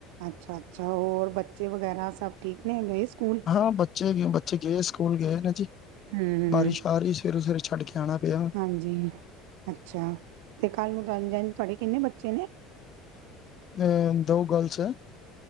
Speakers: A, on the right; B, on the left.
A: ਅੱਛਾ-ਅੱਛਾ ਹੋਰ ਬੱਚੇ ਵਗੈਰਾ ਸਭ ਠੀਕ ਨੇ ਗਏ ਸਕੂਲ
B: ਹਾਂ, ਬੱਚੇ-ਬੱਚੇ ਗਏ ਸਕੂਲ ਗਏ ਨੇ ਜੀ।
A: ਹਮ
B: ਬਾਰਿਸ਼ ਆ ਰਹੀ ਸਵੇਰੇ-ਸਵੇਰੇ ਛੱਡ ਕੇ ਆਣਾ ਪਿਆ।
A: ਹਾਂਜੀ ਅੱਛਾ ਤੇ ਕੱਲ ਨੂੰ ਤੁਨੂੰ ਜਣ ਤੁਆਡੇ ਕਿੰਨੇ ਬੱਚੇ ਨੇ?
B: ਅ ਦੋ ਗਰਲ ਐ।